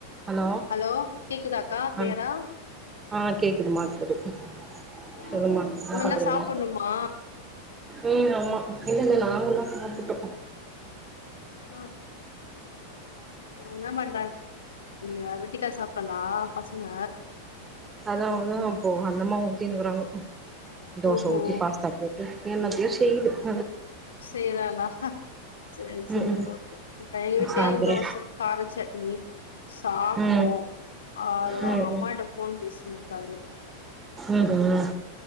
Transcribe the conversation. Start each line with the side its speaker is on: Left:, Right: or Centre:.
Right: Hello
Left: hello கேக்குதாக்கா கிளியரா
Right: ஆ ஆ கேக்குதுமா கேக்து
Left: ஆ
Right: சொல்லுமா என்ன
Left: இவங்கல்லா
Right: பண்றீங்க
Left: சாப்புட்ணுமா
Right: ம் ஆமா இல்லங்க நாங்கல்லா சாப்பிட்டோ
Left: ஆ என்ன பண்றா அப்டியா ரித்திகா சாப்டலா பசங்க
Right: அதான்தா அப்போ அந்தமா ஊத்தினுக்கிறாங்க தோச
Left: ஓஹோ
Right: ஊத்தி பாஸ்தா போட்டு என்னத்தயோ செய்து <inaudible>
Left: செய்ராலா செரி செரி
Right: ம் ம்
Left: ஓகே டெய்லியு
Right: சாந்தரோ
Left: தோச கார சட்னி சாப்ட்டோ
Right: ம்
Left: ஆவரு
Right: ம்
Left: அவங்க அம்மாகிட்ட
Right: ம்
Left: ஃபோன் பேசின் இருக்காரு
Right: ம் ம்